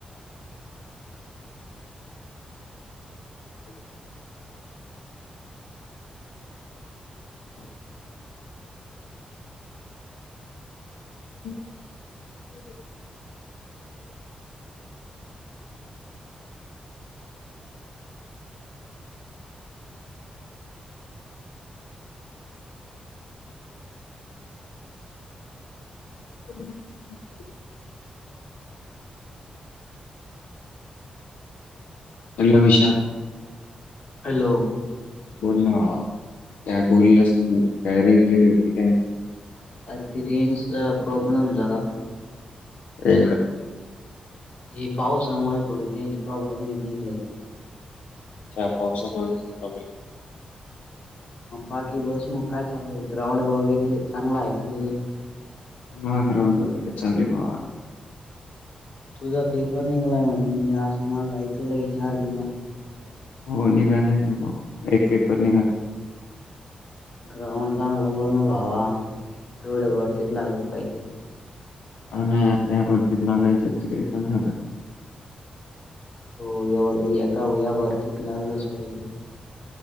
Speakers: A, on the left (about 85°); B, on the left (about 55°).
A: <unintelligible> <unintelligible> ह एल विषया
B: हॅलो
A: बोल ना बा काय बोलल काय रेंजले होती काय
B: अरे ती रेंजचा प्रॉब्लेम जरा
A: हे
B: ह पावसामुळे थोडी रेंज प्रॉब्लेम हे ग
A: अ पावस प्रॉब्लेम
B: बाकी बस मग काय चालय ग्राउंड वगैरे चांगला आहे ना तुझं
A: हा ग्रउंड वगैरे चालेल म
B: तुझा पेपर निघलाय म्हणे मी असं माग ऐकलं आहे आर्मीला
A: हो निघालाय ना म एक पेपर निघाल
B: ग्राउंड चांगलं बन भावा तेवढे भरतीत लागलं पाहिजे
A: अ या बद्तीत लगायचच का पण झालं
B: हो एवढं एका या भरतीत लागलच पाहिजे